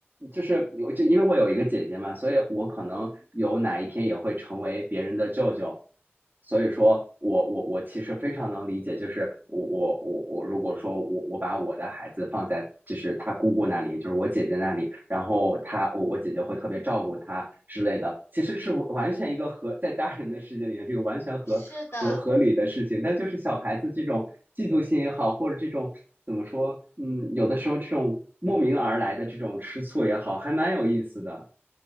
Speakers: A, on the right (about 40°); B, on the left (about 70°).
A: 就是有，就因为我有一个姐姐嘛，所以我可能有哪一天也会成为别人的舅舅。
B: 嗯，
A: 所以说我我我其实非常能理解，就是我我我我如果说我我把我的孩子放在就是他姑姑那里，就是我姐姐那里，然后他我我姐姐会特别照顾他之类的，其实是完全一个和在大人的世界里面，这个完全和合合理的事情，
B: 是的，
A: 但就是小孩子这种嫉妒心也好，或者这种怎么说，嗯，有的时候这种莫名而来的这种吃醋也好，还蛮有意思的。